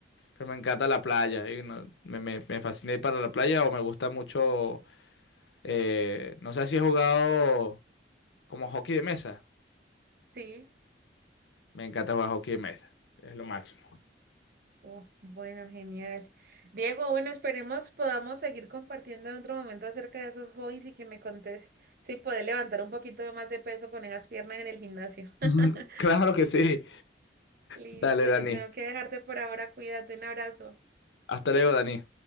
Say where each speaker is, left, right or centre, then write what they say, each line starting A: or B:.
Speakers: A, on the left; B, on the right.
A: pero me encanta la playa. y no- me, me, me fascina ir para la playa o me gusta mucho, eh, no sé si he jugado como hockey de mesa.
B: Sí.
A: Me encanta jugar hockey de mesa. Es lo máximo.
B: Oh, bueno, genial. Diego, bueno, esperemos podamos seguir compartiendo en otro momento acerca de esos hobbies y que me contés si puedes levantar un poquito de más de peso con esas piernas en el gimnasio. <laughs>
A: <laughs> Claro que sí.
B: Listo,
A: Dale, Dani.
B: yo tengo que dejarte por ahora. Cuídate, un abrazo.
A: Hasta luego, Dani.